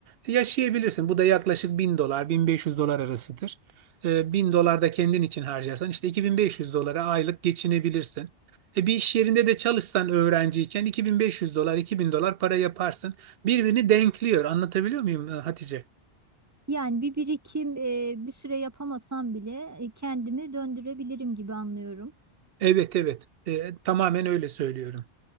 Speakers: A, on the right (about 65°); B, on the right (about 20°).
A: yaşayabilirsin. Bu da yaklaşık bin dolar 1500 dolar arasıdır. Ee, 1000 dolar da kendin için harcarsan işte 2500 dolara aylık geçinebilirsin. E, bir iş yerinde de çalışsan öğrenciyken iki bin beş yüz dolar 2000 dolar para yaparsın. Birbirini denkliyor. Anlatabiliyor muyum e, Hatice?
B: Yani bir birikim e, bir süre yapamasam bile e, kendimi döndürebilirim gibi anlıyorum.
A: Evet evet E, tamamen öyle söylüyorum.